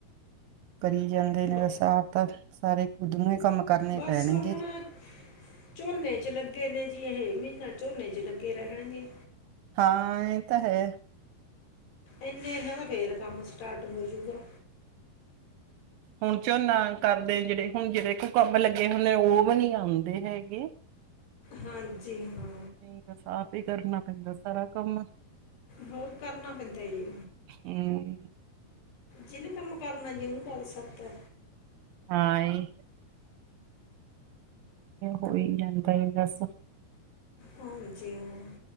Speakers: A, on the right; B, on the left.
A: ਕਰੀ ਜਾਂਦੇ ਨੇ
B: ਬ
A: ਵੈਸੇ ਆਪ ਤਾਂ ਸਾਰੇ ਖੁਦ ਨੂੰ ਹੀ ਕੰਮ ਕਰਨੇ
B: ਬਸ
A: ਪੈਣਗੇ।
B: ਹੁਣ ਝੋਨੇ 'ਚ ਲੱਗੇ ਨੇ ਜੀ ਇਹ ਮਹੀਨਾ ਝੋਨੇ 'ਚ ਲੱਗੇ ਰਹਿਣਗੇ।
A: ਹਾਂ ਇਹ ਤਾਂ ਹੈ।
B: ਏਨ ਇਹਨਾਂ ਦਾ ਫੇਰ ਕੰਮ ਸਟਾਰਟ ਹੋਜੂਗਾ।
A: ਹੁਨ ਝੋਨਾ ਕਰਦੇ ਜਿਹੜੇ ਹੁਨ ਜੇੜੇ ਕੁੁ ਕੰਮ ਲੱਗੇ ਹੱਲੇ, ਓ ਵੀ ਨੀ ਆਂਦੇ ਹੈਗੇ।
B: ਹਾਂਜੀ, ਹਾਂ।
A: ਠੀਕ ਬਾਸ ਆਪ ਈ ਕਰਨਾ ਪੈਂਦਾ ਸਾਰਾ ਕੰਮ
B: ਹੋਰ ਕਰਨਾ ਪੈਂਦਾ ਐ ਜੀ।
A: ਹੂੰ।
B: ਜਿਨੇ ਕੰਮ ਕਰਨੇ ਜੇ ਓਨੂੰ ਕਾਰ ਸਕਤੈ
A: ਹਾਂਏ ਹੋ ਹੀ ਜਾਂਦਾ ਏ ਤਾ ਸਬ
B: ਹਾਂਜੀ ਹਾ